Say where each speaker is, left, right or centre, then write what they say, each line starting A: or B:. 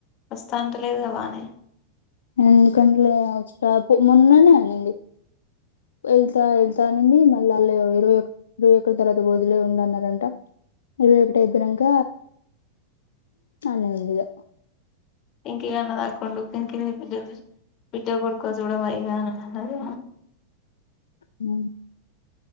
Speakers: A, on the left (about 35°); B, on the left (about 65°).
A: వస్తా అంటలేదుగా బాగానే
B: ఎందుకంటలే మొన్ననే అనింది వెళ్తా వెళ్తా అనింది మళ్ళీ వాళ్ళు ఇరవై ఒక ఇరవై ఒకటి తర్వాత వదిలే ఉండు అన్నారంట ఇరవై ఒకటి అయిపోయినాక అనే ఉంది ఇగ
A: పింకిగా అన్నదిాకుండు పింకకిి ఫిడ్ో కొడుకో చూడవా ఇగా అని అన్నది
B: హ